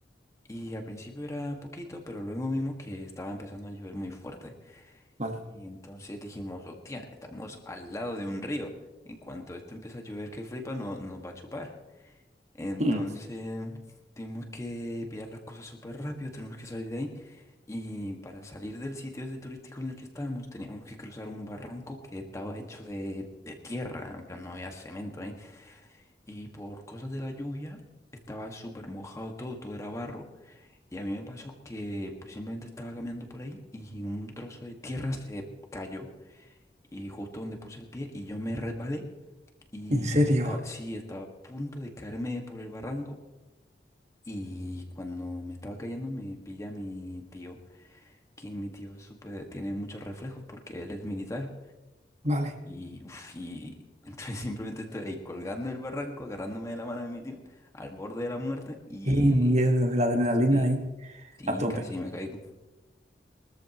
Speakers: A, on the left; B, on the right.
A: Y al principio era poquito, pero luego vimos que estaba empezando a llover muy fuerte.
B: vale.
A: Y entonces dijimos, hostia, estamos al lado de un río. En cuanto esto empieza a llover que flipa, no, nos va a chupar. Entonces,
B: Mm.
A: tuvimos que pillar las cosas súper rápido, tenemos que salir de ahí. Y para salir del sitio ese turístico en el que estábamos, teníamos que cruzar un barranco que estaba hecho de, de tierra, en plan no había cemento ahí. Y por cosas de la lluvia, estaba súper mojado todo, todo era barro. Y a mí me pasó que pues simplemente estaba caminando por ahí y un trozo de tierra se cayó. Y justo donde puse el pie y yo me resbalé. Y
B: ¿En serio?
A: estaba, sí, estaba a punto de caerme por el barranco. Y cuando me estaba cayendo me pilla mi tío, que mi tío es súper- tiene muchos reflejos porque él es militar.
B: Vale.
A: Y, uf, y <laughs> entonces simplemente estoy ahí colgando del barranco, agarrándome de la mano de mi tío, al borde de la muerte y,
B: Qué miedo, la adrenalina
A: y,
B: ahí
A: y
B: a tope.
A: casi me caigo.